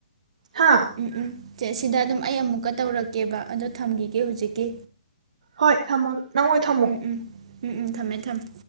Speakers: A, on the right; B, on the right.
A: ꯍꯥ
B: ꯎꯝ ꯎꯝ ꯁꯦ ꯁꯤꯗ ꯑꯗꯨꯝ ꯑꯩ ꯑꯃꯨꯛꯀ ꯇꯧꯔꯛꯀꯦꯕ ꯑꯗꯣ ꯊꯝꯈꯤꯒꯦ ꯍꯧꯖꯤꯛꯀꯤ
A: ꯍꯣꯏ ꯊꯃꯣ ꯅꯪꯑꯣꯏ ꯊꯝꯃꯣ
B: ꯎꯝ ꯎꯝ ꯎꯝ ꯎꯝ ꯊꯝꯃꯦ ꯊꯝꯃꯦ